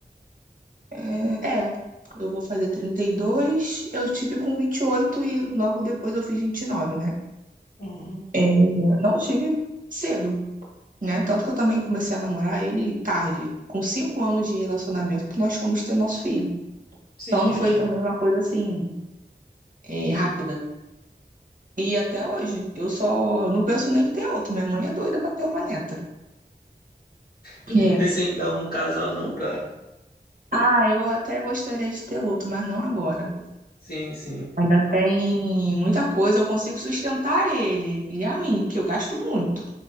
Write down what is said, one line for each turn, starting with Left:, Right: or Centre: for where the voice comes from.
Right: É, é, eu vou fazer 32. eu tive com vinte e oito e logo depois eu fiz 29, né?
Left: Uhum.
Right: É, não tive cedo, né? Tanto que eu também comecei a namorar ele tarde, com cinco anos de relacionamento, que nós fomos ter nosso filho.
Left: Sim,
Right: Então não
Left: já
Right: foi
Left: tinha.
Right: também uma coisa assim, eh, rápida. E até hoje, eu só não penso nem em ter outro. Minha mãe é doida pra ter uma neta.
Left: Tu não
Right: É.
Left: pensa em dar um casal, não, pra.
Right: Ah, eu até gostaria de ter outro, mas não agora.
Left: Sim, sim.
Right: Ainda tem muita coisa, eu consigo sustentar ele e a mim, que eu gasto muito.